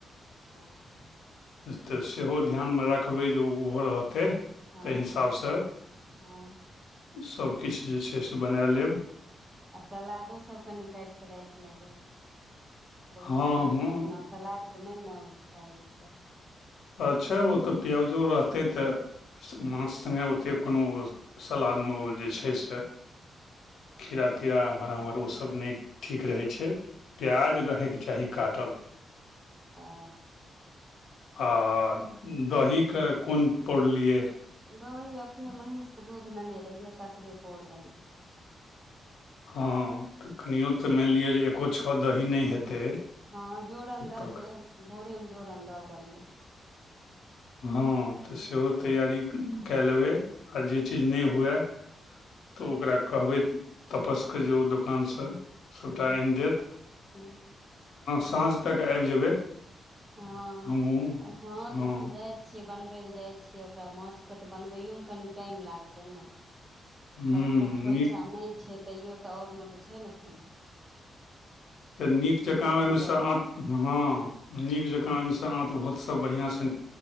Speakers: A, on the right; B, on the left.
A: हँ
B: तऽ सेहो ध्यानमे रखबै जे ओहो रहतै। ताहि
A: हँ
B: हिसाबसँ
A: हँ
B: सभकिछ जे छै बनाए लेब
A: आ सलादो सभ कनी काटि कऽ राखि लेबै बहुत
B: हँ
A: आदमी
B: हँ
A: तऽ बिना सलादके नहि ने खाएल जेतै।
B: अच्छा ओ तऽ प्याजो रहतै त माछ सङ्गे ओते कोनो सलादमे ओ जे छै से। खीरा तीरा अम्हर आम्हर
A: हँ
B: ओसभ नहि ठीक रहै छै। प्याज रह होइके चाही काटल।
A: हा
B: आ दहीके कोन पौरलियै?
A: दही अपने महींषके दूध लेने रहियै। तकरे पौर देलियै।
B: हँ तऽ कनिओ तऽ मानि लिअ जे एकको छओ दही नहि हेतै।
A: हँ, जोरन देलियै।
B: तऽ
A: भोरेमे जोरन दऽ देलियै।
B: हँ, तऽ सेहो तैयारी कए लेबै। आ जे चीज नहि हुअए तऽ ओकरा कहबै तपसके जे ओ दोकानसँ। सभटा
A: हूँ
B: आनि देत
A: हँ
B: साँझ तक आबि जेबै।
A: हँ,
B: हमहूँ
A: हँ
B: हँ
A: तऽ जाइ छियै बनबै लए जाइ छियै। ओकरा माछके त बनबैयोमे कनि टाइम लागतै न
B: ह्म्म
A: कतबो खोँइछा
B: नीक
A: नहि छै। तैओ तऽ ओरमे तऽ छै ने खोँइछा
B: तऽ नीक जकाँ ओहिमेसँ
A: बनबऽ
B: ह
A: पड़तै
B: हँ, नीक जकाँ ओहिमेसँ आँतभोत सभ बढ़िआँसँ